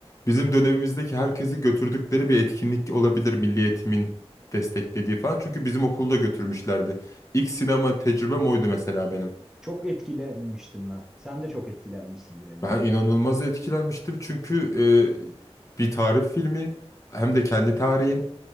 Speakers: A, on the left (about 30°); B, in the centre.
A: Bizim dönemimizdeki herkesi götürdükleri bir etkinlik olabilir Milli Eğitim'in desteklediği falan. Çünkü bizim okulda götürmüşlerdi. İlk sinema tecrübem oydu mesela benim.
B: Çok etkilenmiştim ben. Sen de çok etkilenmişsindir eminim.
A: Ben inanılmaz etkilenmiştim çünkü e, bir tarih filmi hem de kendi tarihin